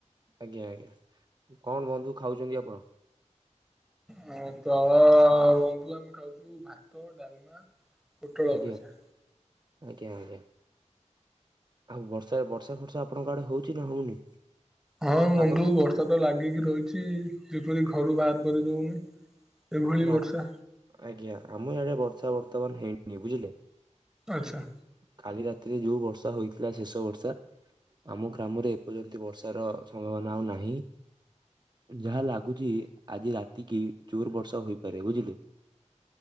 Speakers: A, on the right; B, in the centre.
A: ଆଜ୍ଞା ଆଜ୍ଞା କଣ ବନ୍ଧୁ ଖାଉଛନ୍ତି, ଆପଣ?
B: ହ ତ ବନ୍ଧୁ ଆମେ ଖାଉଛୁ ଭାତ ଡାଲମା ପୋଟଳ
A: ଆଜ୍ଞା
B: ଭଜା।
A: ଆଜ୍ଞା ଆଜ୍ଞା ଆଉ ବର୍ଷା ବର୍ଷା ଫର୍ଷା ଆପଣଙ୍କ ଆଡେ ହଉଛି ନା ହଉନି?
B: ହଁ ବନ୍ଧୁ
A: ପାଗ
B: ବର୍ଷା ତ ଲାଗିକି ରହିଛି, ଯେପରି ଘରୁ ବାହାର କରିଦଉନି ଏଭଳି
A: ମାନେ
B: ବର୍ଷା
A: ଆଜ୍ଞା ଆମ ଡେ ବର୍ଷା ବର୍ତ୍ତମାନ ହେଇନି ବୁଝିଲେ
B: ଆଚ୍ଛା।
A: କାଲି ରାତିରେ ଯୋଉ ବର୍ଷା ହୋଇଥିଲା ଶେଷ ବର୍ଷା ଆମ ଗ୍ରାମରେ ଏପର୍ଯ୍ୟନ୍ତ ବର୍ଷାର ସମ୍ଭାବନା ଆଉ ନାହିଁ। ଯାହା ଲାଗୁଛି ଆଜି ରାତି କି ଚୋର ବର୍ଷ ହୋଇପାରେ ବୁଝିଲେ।